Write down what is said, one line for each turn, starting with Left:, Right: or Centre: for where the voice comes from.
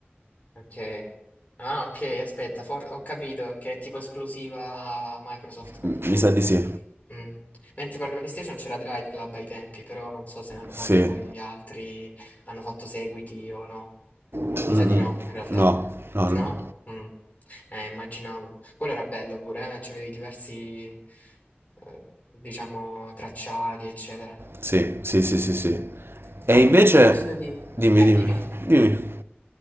Left: Ok. Ah, ok, aspetta, for- ho capito che è tipo esclusiva Microsoft praticamente.
Right: M- Mi sa di sì.
Left: Mm. Mentre per PlayStation c'era Drive Club ai tempi, però non so se ne hanno
Right: Sì.
Left: fatto poi altri, hanno fatto seguiti o no.
Right: Mm-mm.
Left: Mi sa di no, in realtà.
Right: No, no,
Left: No?
Right: no. no.
Left: Mm. Eh, immaginavo. Quello era bello pure, eh? C'avevi diversi, eh, diciamo, tracciati, eccetera.
Right: Sì, sì, sì, sì, sì.
Left: Comunque,
Right: E invece,
Left: a proposito di...
Right: dimmi,
Left: Eh,
Right: dimmi,
Left: dimmi, dimmi.
Right: dimmi.